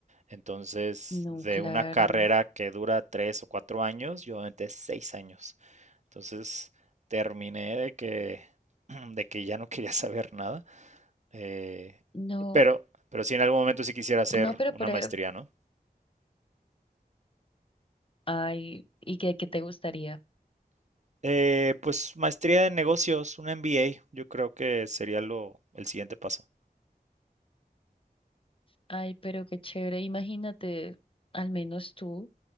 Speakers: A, on the right; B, on the left.
A: Entonces,
B: No,
A: de
B: claro.
A: una carrera que dura tres o cuatro años, yo aventé seis años. Entonces terminé de que, <clears throat> de que ya no quería <laughs> saber nada, eh,
B: No,
A: pero, pero sí en algún momento sí quisiera hacer
B: no, pero
A: una
B: por...
A: maestría,
B: e-
A: ¿no?
B: Ay, ¿y qué, qué te gustaría?
A: Eh, pues maestría en negocios, un MBA, yo creo que sería lo, el siguiente paso.
B: Ay, pero qué chévere. Imagínate, al menos tú,